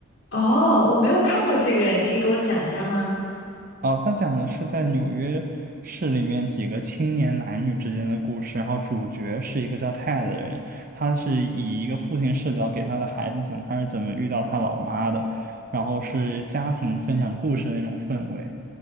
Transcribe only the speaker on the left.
哦，我没有看过这个，你可以给我讲一下吗？